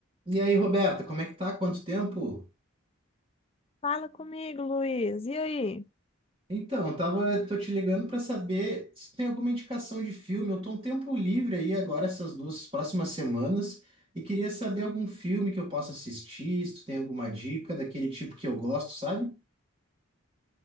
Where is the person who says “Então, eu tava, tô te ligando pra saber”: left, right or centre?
Right